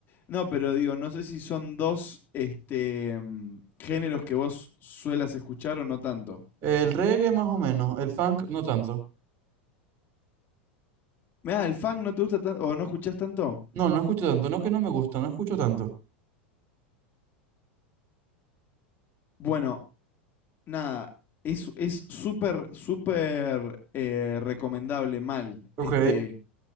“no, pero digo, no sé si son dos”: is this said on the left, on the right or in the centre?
Left